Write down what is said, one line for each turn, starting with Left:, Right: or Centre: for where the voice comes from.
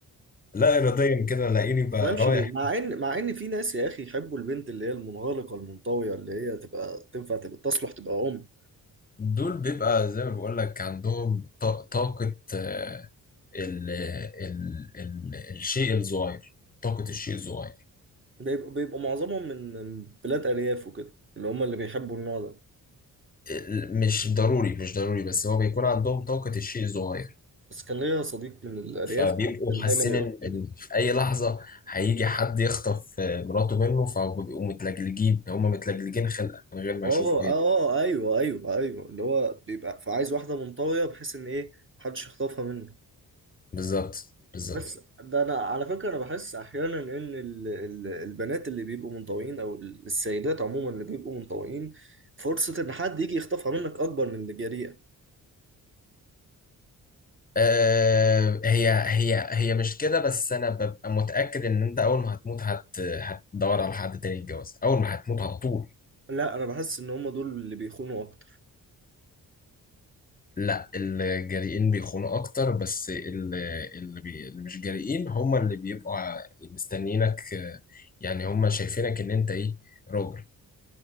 Left: لا إراديا كده لاقيني
Right: ما
Left: بقى
Right: تفهمش
Left: رايح
Right: ليه مع ان مع ان في ناس يا اخي يحبوا البنت اللي هي المنغلقه المنطويه اللي هي تبقى تنفع تبقى تصلح تبقى ام
Left: دول بيبقى زي ما بقول لك عندهم طا- طاقه آه، ال ال ال الشيء الصغير طاقه الشيء الصغير
Right: بيبقوا بيبقوا معظمهم من بلاد أرياف وكده اللي هم اللي بيحبوا النوع ده
Left: ال- مش ضروري مش ضروري بس هو بيكون عندهم طاقه الشيء الصغير
Right: بس كان ليا صديق من الأرياف
Left: فبيبقوا
Right: كان دايما
Left: حاسين
Right: يقول
Left: ان
Right: كده
Left: إن في اي لحظه هيجي حد يخطف آه، مراته منه فبيبقوا متلجلجين هم متلجلجين خلقه من غير ما
Right: اه
Left: يشوفوا اي
Right: اه ايوه ايوه ايوه اللي هو بيبقى فعايز واحدة منطوية بحيث ان ايه محدش يخطفها منه
Left: بالظبط بالظبط
Right: بس ده انا على فكرة انا بحس احيانا ان ال- ال- البنات اللي بيبقوا منطويين او ال- السيدات عموما اللي بيبقوا منطويين فرصة ان حد يجي يخطفها منك اكبر من اللي جريئة
Left: آه، هي هي هي مش كده بس انا ببقى متاكد ان انت اول ما هتموت هت هتدور على حد تاني يتجوز اول ما هتموت على طول
Right: لا انا بحس ان هم دول اللي بيخونوا اكتر
Left: لا الجريئين بيخونوا اكتر بس ال- اللي, بي... اللي مش جريئين هم اللي بيبقوا ع- مستنيينك آه، يعني هم شايفينك ان انت ايه راجل